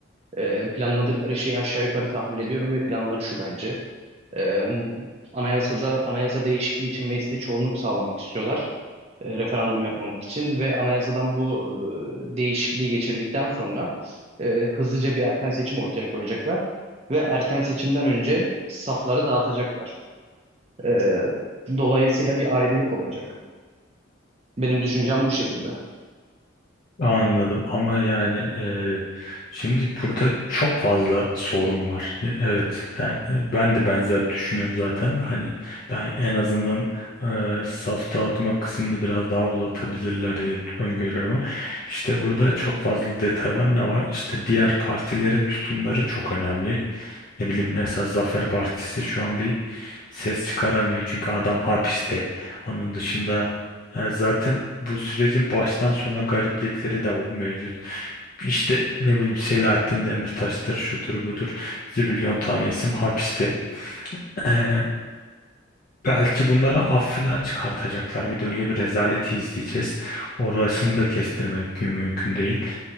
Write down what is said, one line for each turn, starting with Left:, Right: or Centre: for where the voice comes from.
Right: E, planladıkları şeyi aşağı yukarı tahmin ediyorum ve planları şu bence. E, anayasada anayasa değişikliği için mecliste çoğunluk sağlamak istiyorlar. e, referandum yapmamak için ve anayasadan bu e, değişikliği geçirdikten sonra e, hızlıca bir erken seçim ortaya koyacaklar ve erken seçimden önce safları dağıtacaklar. E, dolayısıyla bir ayrılık olacak. Benim düşüncem bu şekilde.
Left: Anladım ama yani e, şimdi burada çok fazla sorun var. E, Evet, sen, e, ben de benzer düşünüyorum zaten. Hani ben en azından e, saf dağıtma kısmını biraz daha uzatabilirler diye öngörüyorum ama işte burada çok fazla detay var. Ne var? İşte diğer partilerin tutumları çok önemli. Ne bileyim mesela Zafer Partisi şu an bir ses çıkaramıyor çünkü adam hapiste. Onun dışında e, zaten bu sürecin baştan sona gariplikleri de mevcut. İşte ne bileyim Selahattin Demirtaş'tır, şudur budur, zibilyon tane isim hapiste. E, Belki bunlara af filan çıkartacaklar. Bir de öyle bir rezaleti izleyeceğiz. Orasını da kestirmek mümkün değil.